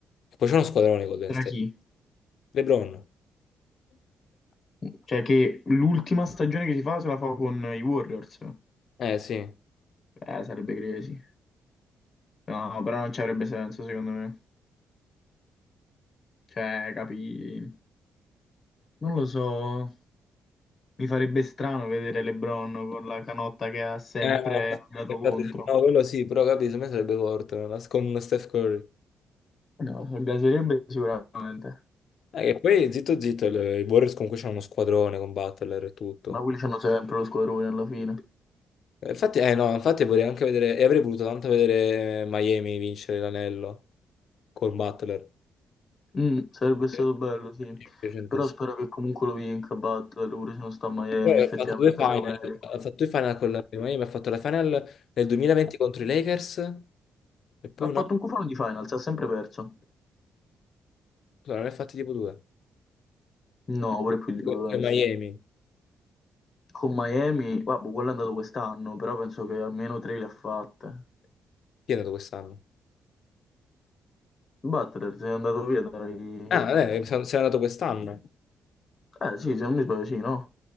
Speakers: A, on the left; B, on the left.
A: Poi c'è uno squadrone Golden
B: Tra
A: State.
B: chi?
A: LeBron.
B: Cioè che l'ultima stagione che si fa se la fa con i Warriors.
A: Eh, sì. Eh?
B: Eh, sarebbe crazy. No, però non ci avrebbe senso, secondo me. Cioè, capi... Non lo so, mi farebbe strano vedere LeBron con la canotta che ha sempre
A: Eh, no,
B: dato
A: infatti,
B: contro.
A: no, quello sì, però capito, secondo me sarebbe forte, una Last- con Steph Curry.
B: No, lo gaserebbe sicuramente,
A: Eh, che poi, zitto zitto, le- i Warriors comunque c'hanno uno squadrone con Butler e tutto.
B: ma quelli c'hanno sempre lo squadrone alla fine.
A: Eh, Infatti, eh no, infatti vorrei anche vedere, e avrei voluto tanto vedere Miami vincere l'anello col Butler.
B: Mm, sarebbe
A: Perché
B: stato bello, sì.
A: Mi è piaciutissimo.
B: Però spero che comunque lo vinca Butler, pure se non sta a Miami,
A: Poi ha
B: effettivamente,
A: fatto due final,
B: secondo me. merita.
A: ha fatto due final con la Miami, ha fatto la final nel 2020 contro i Lakers e poi
B: Ha
A: un'altra,
B: fatto un cufano di finals, ha sempre perso.
A: scusa, ne ha fatti tipo due,
B: No, pure più di due,
A: con
B: penso.
A: con Miami.
B: Con Miami, vabbè, quello è andato quest'anno, però penso che almeno tre le ha fatte.
A: Chi è andato quest'anno?
B: Butler se è andato via dai...
A: Ah, eh, se n'è andato quest'anno.
B: Eh sì, se non mi sbaglio, sì, no?